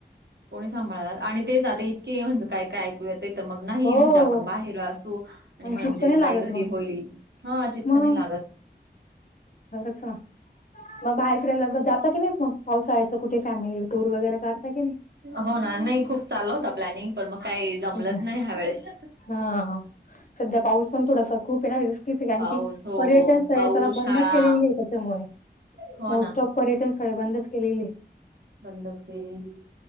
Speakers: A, on the right (about 75°); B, on the left (about 50°).
A: कोणी सांभाळनार आणि तेच आता इतके म्हणजे काय काय मग नाही
B: हो
A: म्हणजे आपण बाहेर‌ असू आणि म्हणजे
B: चित्त नाही लागत
A: काही घरी
B: मग
A: होईल. हा चित्त
B: मग
A: नाही लागत.
B: खरंच ना‌. मग बाहेर फिरायला जाता की नाही मग पावसाळ्याचं कुठे फॅमिली टूर वगैरे काढता की नाही.
A: हो ना नाही खूप चालला होता प्लॅनिंग पण मग काही जमलंच
B: अच्छा
A: नाही ह्या वेळेस.
B: हा सध्या पाऊस पण थोडासा खूप आहे ना. कारण
A: पाऊस
B: की
A: हो
B: पर्यटन स्थळे
A: पाऊस,
B: त्याला बंदच
A: शाळा
B: केलेली आहे त्याच्यामुळे
A: हो
B: मोस्ट
A: ना
B: ऑफ पर्यटन स्थळे बंदच केलेली हे.
A: बंदच केली